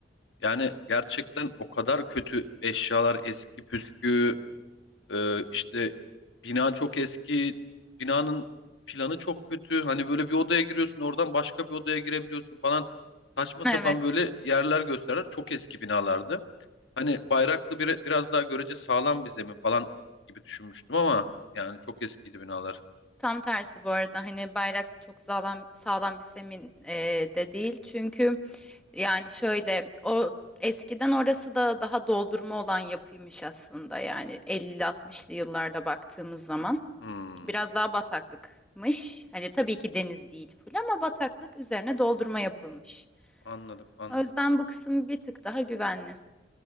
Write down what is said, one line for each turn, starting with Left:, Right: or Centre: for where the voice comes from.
Left: Yani gerçekten o kadar kötü eşyalar eski püskü Ee, işte bina çok eski, binanın planı çok kötü. Hani böyle bir odaya giriyorsun, oradan başka bir odaya girebiliyorsun falan. Saçma sapan
Centre: Evet.
Left: böyle yerler gösterir. Çok eski binalardı. Hani Bayraklı bir, biraz daha görece sağlam bir zemin falan gibi düşünmüştüm ama yani çok eskiydi binalar.
Centre: Tam tersi bu arada hani Bayraklı çok sağlam sağlam bir semin e, de değil. Çünkü yani şöyle o eskiden orası da daha doldurma olan yapıymış aslında yani 50-60'lı yıllarda baktığımız zaman.
Left: Hmm,
Centre: Biraz daha bataklıkmış. Hani tabii ki deniz değil full ama bataklık üzerine doldurma yapılmış.
Left: anladım, anladım.
Centre: O yüzden bu kısım bir tık daha güvenli.